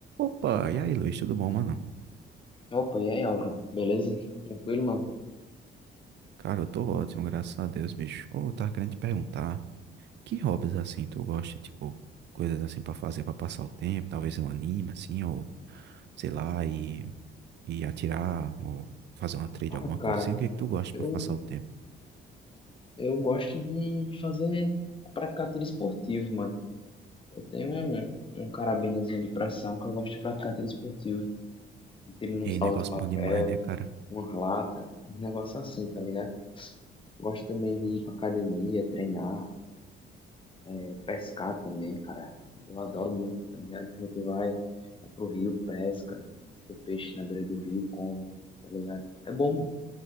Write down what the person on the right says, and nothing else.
Opa, e aí, Luiz, tudo bom, mano?
Cara, eu tô ótimo, graças a Deus, bicho. Ô, eu tava querendo te perguntar, que hobbies assim tu gosta, tipo, coisas assim pra fazer pra passar o tempo, talvez um anime assim, ou sei lá, e, e atirar, ou fazer uma trade,
alguma
coisa assim, o que é que tu gosta
pra passar o tempo?
E
negócio
bom demais, né, cara?